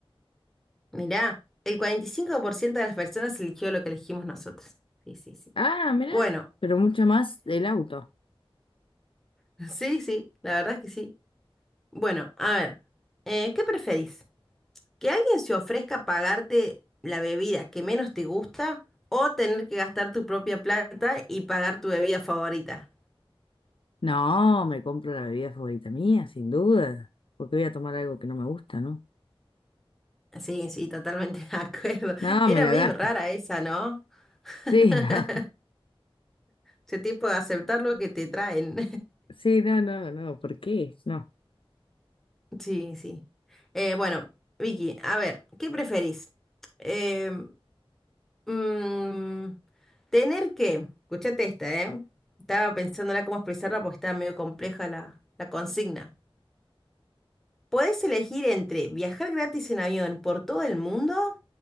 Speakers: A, in the centre; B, on the left.
A: Mirá, el 45% de las personas eligió lo que elegimos nosotros. Sí, sí, sí.
B: Ah, mira,
A: Bueno,
B: pero mucho más el auto.
A: <laughs> sí, sí, la verdad es que sí. Bueno, a ver, eh, ¿qué preferís? ¿Que alguien se ofrezca a pagarte la bebida que menos te gusta o tener que gastar tu propia plata y pagar tu bebida favorita?
B: No, me compro la bebida favorita mía, sin duda. Porque voy a tomar algo que no me gusta, ¿no?
A: Sí, sí, totalmente <laughs> de acuerdo.
B: No,
A: Era
B: me la
A: medio
B: gasto.
A: rara esa, ¿no? <laughs>
B: Sí, <laughs> no.
A: Ese tipo de aceptar lo que te traen.
B: Sí, no, no, no. ¿Por qué? No.
A: Sí, sí. Eh, bueno, Vicky, a ver, ¿qué preferís? Eh, mm, tener que, escuchate esta, ¿eh? Estaba pensándola cómo expresarla porque estaba medio compleja la, la consigna. Podés elegir entre viajar gratis en avión por todo el mundo